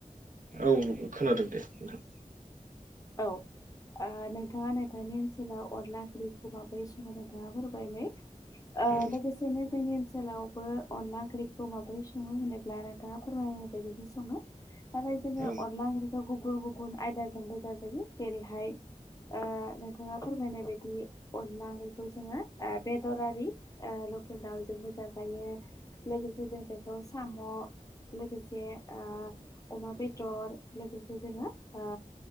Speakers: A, on the right; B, on the left.
A: औ औ खोनादों दे नोंथां
B: औ ओ नोंथाङा नोंथांनि ओनसोलाव अनला ओंख्रै खौ माबोरै सङो नोंथाङा फोरमायलाय ओ
A: औ
B: लोगोसेनो जोंनि ओनसोलावबो अनला ओंख्रिखौ माबोरै सङो होनोब्ला नोंथाङा फोरमायनाय बदिनो सङो नाथाय जोङो
A: औ
B: अनला ओंख्रिखौ गुबुन गुबुन आयदाजोंबो जाजायो जेरैहाय ओ नोंथाङा फोरमायनाय बायदि अनला ओंख्रिखौ जोङो बेदर आरि लकेल दाउजोंबो जाजायो लोगोसे जों बेखौ साम लोगोसे आ अमा बेदर लोगोसे जोङो‌ आ